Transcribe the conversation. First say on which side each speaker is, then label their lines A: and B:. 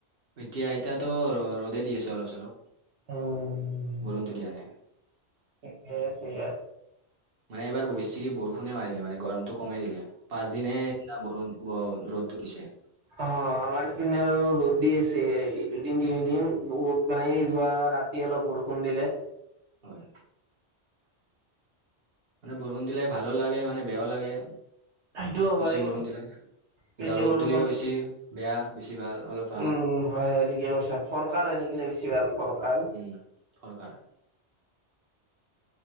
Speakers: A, on the right (about 55°); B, on the right (about 75°).
A: এতিয়া এতিয়াটো ৰ'দে দি আছে অলপ চলপ,
B: উম
A: বৰষুণটো দিয়া নাই।
B: <unintelligible> ইয়াত।
A: মানে এইবাৰ বেছি বৰষুণে মাৰিলে মানে গৰমতটো কমেই দিলে, পাঁচদিনে বৰষুণ ব ৰ'দটো দিছে।
B: অ', আমাৰপিনে আৰু ৰ'দ দি আছে, দুদিন তিনিদিন বহুত মানে এই যোৱা ৰাতি অলপ বৰষুণ দিলে।
A: হয় মানে বৰষুণ দিলে ভালো লাগে মানে বেয়াও লাগে।
B: সেইটোও
A: বেছি
B: হয়।
A: বৰষুণ দিলে
B: বেছি
A: এতিয়া ৰ'দ
B: বৰষুণ
A: দিলেও বেছি বেয়া বেছি ভাল অলপ ভাল
B: উম', হয় হয় ঠিকে কৈ ফৰকাল হৈ থাকিলে বেছি ভাল। ফৰকাল
A: উম ফৰকাৰ।